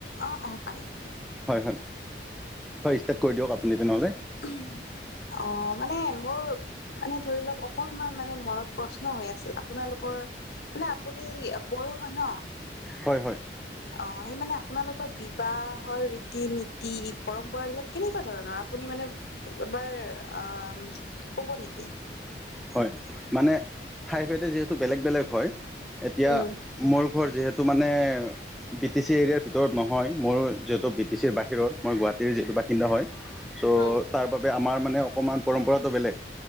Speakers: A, on the left; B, in the centre.
A: অ অ পাৰি পাৰি।
B: হয় হয়, হয় ষ্টাৰ্ট কৰি দিয়ক আপুনি তেনেহ'লে।
A: উহুম অ মানে মোৰ মানে ধৰি লওক অকমান মানে মনত প্ৰশ্ন হৈ আছিল আপোনালোকৰ মানে আপুনি বড়ো হয় ন?
B: হয় হয়।
A: অ সেই মানে আপোনালোকৰ বিবাহৰ ৰীতি - নীতি, পৰম্পৰাবিলাক কেনেকুৱা ধৰণৰ? আপুনি মানে এবাৰ আম কব নেকি?
B: হয় মানে ঠাইভেদে যিহেতু বেলেগ - বেলেগ হয় এতিয়া
A: উম
B: মোৰ ঘৰ যিহেতু মানে বি টি চি এৰিয়াৰ ভিতৰত নহয়, মোৰ যিহেতু বি টি চিৰ বাহিৰত মই গুৱাহাটীৰ যিহেতু বাসিন্দা হয় চ'
A: উম
B: তাৰ বাবে আমাৰ মানে অকণমান পৰম্পৰাটো বেলেগ